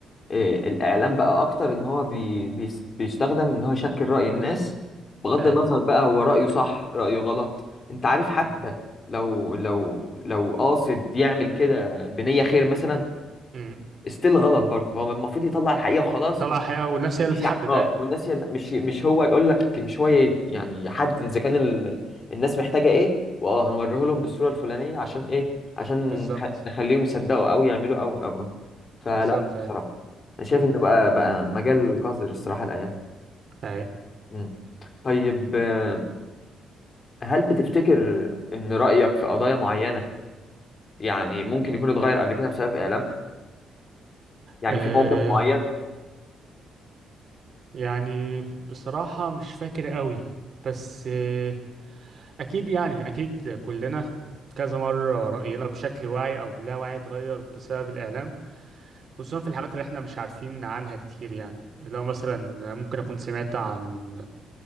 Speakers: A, on the left; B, on the right.
A: إيه، الإعلام بقى أكتر إن هو بي بي بيستخدم إن هو يشكل رأي الناس بغض
B: اهي
A: النظر بقى هو رأيه صح رأيه غلط أنت عارف حتى
B: مم.
A: لو لو لو قاصد يعمل كده بنية خير مثلا
B: مم.
A: استيل غلط برضه هو المفروض يطلع الحقيقة وخلاص
B: طلع
A: مش
B: حقيقة والناس هي اللي
A: يعني
B: تحدد
A: اه
B: اي
A: والناس هي مش مش هو يقول لك مش هو ي- يعني يحدد اذا كان ال... الناس محتاجه ايه واه هنوريه لهم بالصوره الفلانيه عشان ايه عشان
B: بالظبط
A: نخ- نخليهم يصدقوا او يعملوا او او او فلا
B: بالظبط اهي
A: بصراحه انا شايف
B: مم.
A: انه بقى بقى مجال قذر الصراحه الايام دي.
B: اهي
A: مم. طيب آه، هل بتفتكر ان رايك في قضايا معينه يعني ممكن يكون اتغير قبل كده بسبب اعلام يعني
B: أه
A: في موقف معين
B: يعني بصراحة مش فاكر قوي بس آه، اكيد يعني اكيد كلنا كذا مرة رأينا بشكل واعي أو لا واعي اتغير بسبب الإعلام خصوصا في الحاجات اللي احنا مش عارفين عنها كتير يعني اللي هو مثلا ممكن أكون سمعت عن